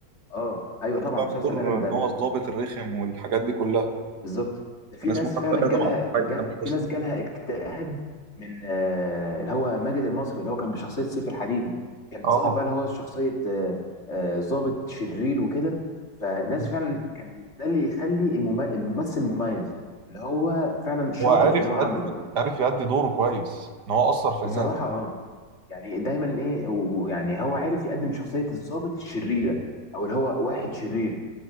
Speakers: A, on the left; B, on the right.
A: اه ايوه
B: كان
A: طبعا
B: طلع
A: مسلسل
B: بدور
A: ادم
B: إن
A: ده
B: هو الضابط الرخم والحاجات دي كلها
A: بالظبط ده في
B: كان اسمه
A: ناس
B: حتى
A: فعلا
B: آدم
A: جالها
B: عبد الحي
A: جا...
B: تامر
A: في
B: حسني
A: ناس جالها اكتئاب من آه، اللي هو ماجد المصري اللي هو كان بشخصية سيف الحديدي كان
B: اه
A: ظاهر بقى اللي هو شخصية آه، آه، ضابط شرير وكده فناس
B: مم.
A: فعلا كان ده اللي يخلي المم... الممثل مميز ان هو فعلا شاطر
B: هو عرف
A: في اللي هو عمله
B: يأدي عرف يأدي دوره كويس إن هو أثر في الناس
A: بصراحة اه يعني دايما ايه ويعني هو عارف يقدم شخصية الضابط الشريرة او اللي هو واحد شرير